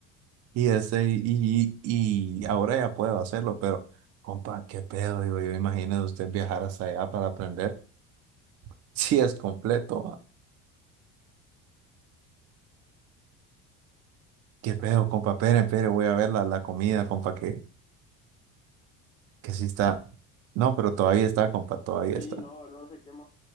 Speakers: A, on the right; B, on the left.
A: y, este, y, y, y ahora ya puedo hacerlo, pero, compa, ¿qué pedo? Digo yo, imagínese usted viajar hasta allá para aprender. <laughs> Sí, es completo. ¿Qué pedo, compa? Espere, espere, voy a ver la, la comida, compa, que, que sí está. No, pero todavía está, compa, todavía
B: Sí,
A: está.
B: no, no se quema,